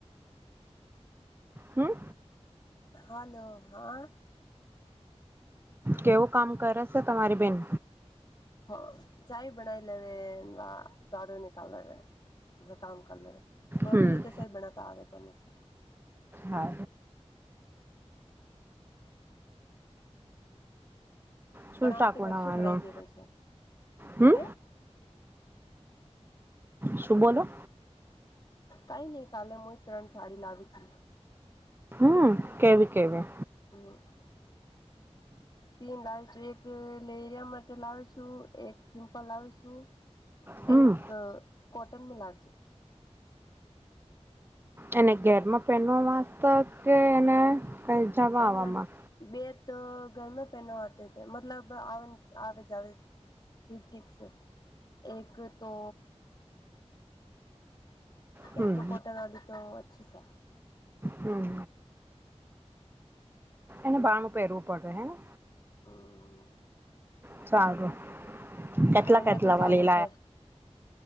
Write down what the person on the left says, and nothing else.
હલો હા
હ <unintelligible> ચાય બનાવી લેવે ને વા દાડો નિકાલ લેેવે તમે કામ કર લેવે રોટલી
તો સહી બનાવતા આવે કોની છે
બણાવે
તો નકશો
બનાવી દેવે
છે <unintelligible>
કઈ નહી કાલે હું ત્રણ સાડી લાવી છું.
<inaudible> તીન લાવી છું એક લેરિયા માટે લાવી છું એક સિમ્પલ લાવી છું.
એક કોટન નુ લાવીશું
અને
બે તો ઘર માં પહેરવા માટે મતલબ આવે જાવે. ઠીક ઠીક છે, એક તો
એક તો કોટન આલ્યું તો અચ્છી છે.
હમ.
ઘર
મા તો ચાલે
છે.